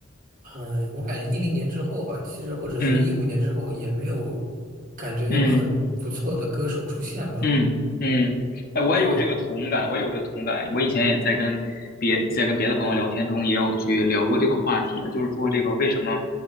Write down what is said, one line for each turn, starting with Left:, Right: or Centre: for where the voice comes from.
Right: 嗯、我感觉一零年之后吧，其实或者说一五年之后，
Left: 嗯
Right: 也没有感觉有很不错的歌手出现吧。
Left: 嗯。嗯嗯，哎，我也有这个同感，
Right: 对。
Left: 我也有这个同感。我以前也在跟别在跟别的朋友聊天中，也有去聊过这个话题，就是说这个为什么